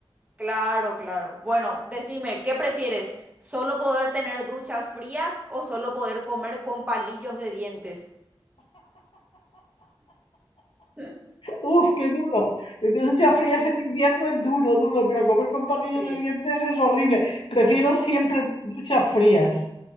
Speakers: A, on the right; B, on the left.
A: Claro, claro. Bueno, decime, ¿qué prefieres? ¿Solo poder tener duchas frías o solo poder comer con palillos de dientes? <laughs>
B: Uf, qué duro. Duchas frías en este invierno es duro, duro, pero comer con palillos
A: Sí.
B: de dientes es horrible. Prefiero siempre duchas frías.